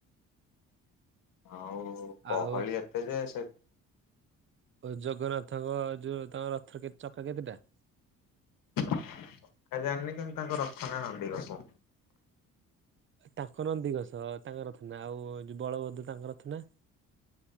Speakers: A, on the left; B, on the right.
A: ଆଉ। ଗହଳି
B: ଆଉ।
A: ଏତେ ଯେ ସେ
B: ଓ ଜଗନ୍ନାଥଙ୍କ ଯୋଉ ତାଙ୍କ ରଥର ଚକା କେତେଟା।
A: ଆଉ ଜାଣିନି କିନ୍ତୁ ତାଙ୍କ ରଥ ନା ନନ୍ଦୀଘୋଷା।
B: ତାଙ୍କ ନନ୍ଦିଘୋଷ ତାଙ୍କ ରଥ ନା ଆଉ ଯୋଉ ବଳଭଦ୍ର ତାଙ୍କରଥ ନା।